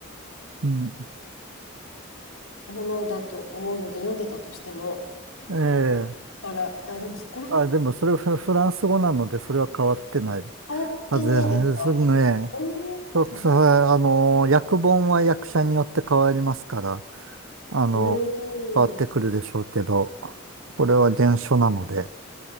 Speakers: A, on the right; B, on the left.
A: うん、
B: ものだと思うので、読んでたとしても、
A: ええ、
B: から、あ、でもそこら辺
A: あ、でもそれフ、フランス語なのでそれは変わってない
B: 変わってないですかおーあ、
A: はずですね。そ、それ、
B: そ
A: あの、訳本は役者によって変わりますから、あの、
B: う。
A: 変わってくるでしょうけど、
B: うーん。
A: これは原書なので。